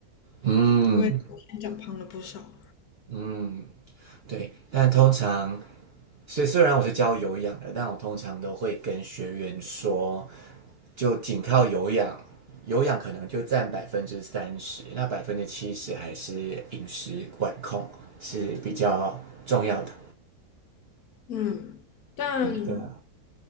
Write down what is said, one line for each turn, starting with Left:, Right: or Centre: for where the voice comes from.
Right: 嗯
Left: 因为之前长胖了不少。
Right: 嗯，对，但通常，虽虽然我是教有氧的，但我通常都会跟学员说，就仅靠有氧，有氧可能就占百分之三十，那百分之七十还是饮食管控是比较重要的。
Left: 嗯，但
Right: 对啊